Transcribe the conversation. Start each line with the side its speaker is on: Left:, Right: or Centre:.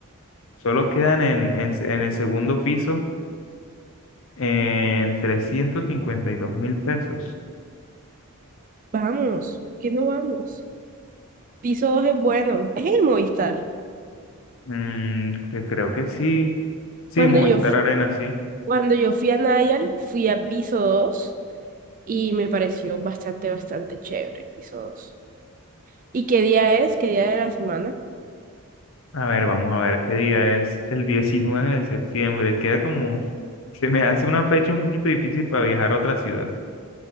Left: Solo quedan en, en, en el segundo piso en trescientos cincuenta y dos mil pesos.
Right: Vamos. ¿Por qué no vamos? Piso 2 es bueno. Es el Movistar.
Left: Mm, que creo que sí. Sí,
Right: Cuando
Left: Movistar
Right: yo, f-
Left: Arena, sí.
Right: cuando yo fui a Nayal, fui a Piso 2 y me pareció bastante, bastante chévere Piso 2. ¿Y qué día es? ¿Qué día de la semana?
Left: A ver, vamos a ver qué día es. El 19 de septiembre. Queda como, se me hace una fecha un poquito difícil para viajar a otra ciudad.